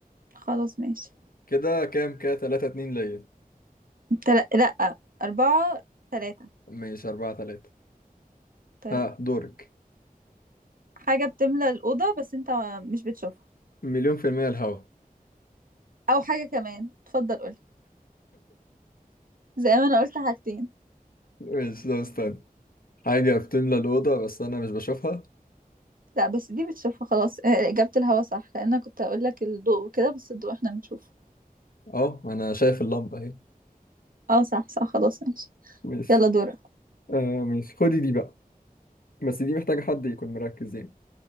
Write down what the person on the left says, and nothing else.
كده كام كده 3 2 ليا
ماشي 4 3
ها دورك
مليون في المية الهوا
ماشي ده استنى حاجة بتملى الأوضة بس أنا مش بشوفها
أه أنا شايف اللمبة أهي
ماشي
آه ماشي خدي دي بقى بس دي محتاجة حد يكون مركز يعني